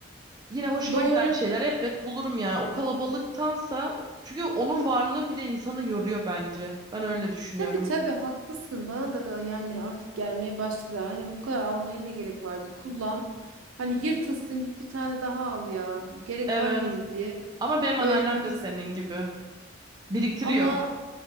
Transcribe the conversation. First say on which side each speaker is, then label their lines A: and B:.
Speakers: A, on the right; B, on the right.
A: Yine hoşuma
B: Doğru.
A: giden bir şeyler elbet bulurum yani. O kalabalıktansa çünkü onun varlığı bile insanı yoruyor bence. Ben öyle düşünüyorum.
B: Tabii tabii haklısın. Bana da yani artık gelmeye başladı. Hani bu kadar almaya ne gerek vardı? Kullan. Hani yırtılsın git bir tane daha al ya. Gerek
A: Evet.
B: var mıydı diye.
A: Ama benim anneannem
B: Böyle bir
A: de
B: his.
A: senin gibi. Biriktiriyor.
B: Ama